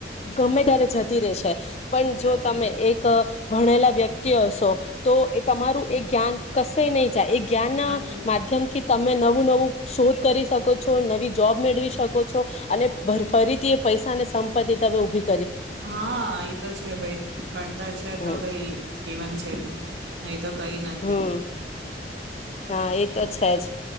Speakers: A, on the left; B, on the right.
A: ગમે ત્યારે જતી રહેશે. પણ
B: સાચી
A: જો તમે
B: વાત
A: એક ભણેલા વ્યક્તિ વ્યક્તિ હશો તો એ તમારું એ જ્ઞાન કશે નય જાય. જ્ઞાન ના
B: નથી
A: માધ્યમ થી તમે નવું નવું શોધ કરી શકો છો નવી જોબ મેળવી શકો છો અને ફરીથી એ પૈસા અને સંપત્તિ તમે ઉભી
B: હા ઈ તો છે ભાઈ ભણતર છે
A: હમ
B: તો ભાઈ જીવન છે. નય તો કઈ નથી.
A: હમ હા એ તો છે, જ